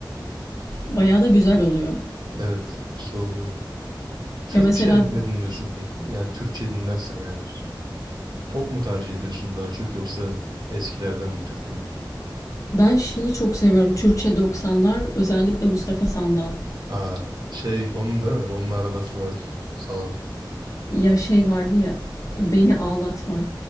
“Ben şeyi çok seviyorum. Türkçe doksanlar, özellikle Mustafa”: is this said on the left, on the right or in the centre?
Left